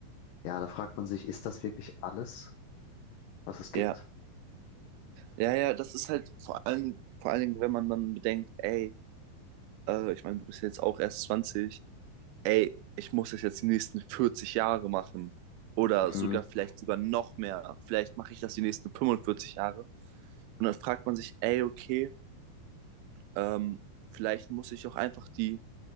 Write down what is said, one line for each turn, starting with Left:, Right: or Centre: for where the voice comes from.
Left: ja, da fragt man sich, ist das wirklich alles, was es gibt?
Right: ja, ja, ja, das ist halt vor allem, vor allen Dingen, wenn man dann bedenkt, ey, äh, ich meine, du bist ja jetzt auch erst 20, ey, ich muss das jetzt die nächsten 40 Jahre machen oder
Left: Mhm.
Right: sogar vielleicht sogar noch mehr, vielleicht mache ich das die nächsten 45 Jahre und dann fragt man sich, ey, okay, ähm, vielleicht muss ich auch einfach die,